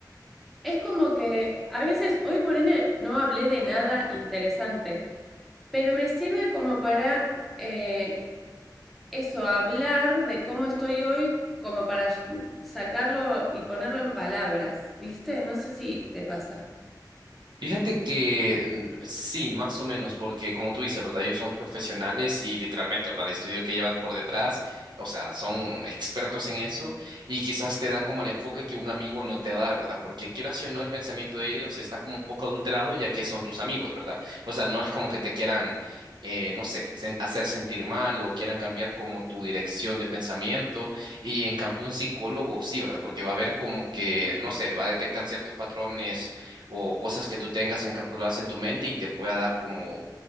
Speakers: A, in the centre; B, on the right.
A: es como que a veces hoy por ende no hablé de nada interesante pero me sirve como para eh, eso, hablar de cómo estoy hoy, como para sacarlo y ponerlo en palabras, ¿viste? No sé si te pasa.
B: Fíjate que mm, sí, más o menos, porque como tú dices, ¿verdad? Ellos son profesionales y literalmente, ¿verdad? El estudio que llevan por detrás, o sea, son expertos en eso y quizás te dan como el enfoque que un amigo no te va a dar, ¿verdad? Porque quieras o no, el pensamiento de ellos está como un poco adulterado ya que son tus amigos, ¿verdad? O sea, no es como que te quieran, eh, no sé, sen- hacer sentir mal o quieran cambiar como tu dirección de pensamiento. Y en cambio un psicólogo sí, ¿verdad? Porque va a ver como que, no sé, va a detectar ciertos patrones o cosas que tú tengas encapsuladas en tu mente y te pueda dar como